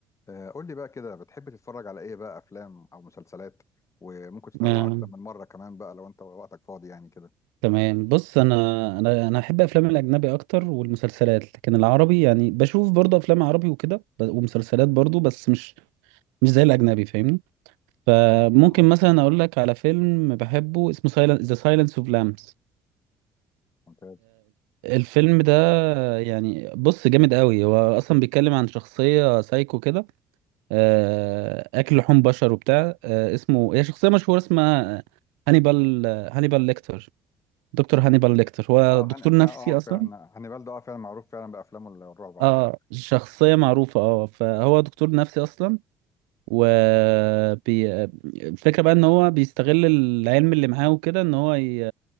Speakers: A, on the left; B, on the right.
A: آه، قول لي بقى كده بتحب تتفرج على ايه بقى افلام او مسلسلات وممكن تتابعه
B: آه،
A: اكتر من مره كمان بقى لو انت وقتك فاضي يعني كده
B: تمام بص انا انا انا احب افلام الاجنبي اكتر والمسلسلات لكن العربي يعني بشوف برضه افلام عربي وكده ب- ومسلسلات برضه بس مش مش زي الاجنبي فاهمني فممكن
A: اه
B: مثلا اقول لك على فيلم بحبه اسمه سايلنس ذا سايلنس اوف لامبس
A: ممتاز
B: الفيلم ده يعني بص جامد قوي هو اصلا بيتكلم عن شخصيه سايكو كده آه، اكل لحوم بشر وبتاع آه، اسمه هي شخصيه مشهوره اسمها هانيبال هانيبال ليكتر دكتور هانيبال ليكتر هو
A: اه
B: دكتور
A: هن... اه
B: نفسي
A: آه،
B: اصلا
A: فعلا هانيبال ده اه فعلا معروف فعلا بافلامه الرعب على
B: اه
A: طول
B: شخصية معروفة اه فهو دكتور نفسي اصلا و بي... الفكرة بقى ان هو بيستغل العلم اللي معاه وكده ان هو ي...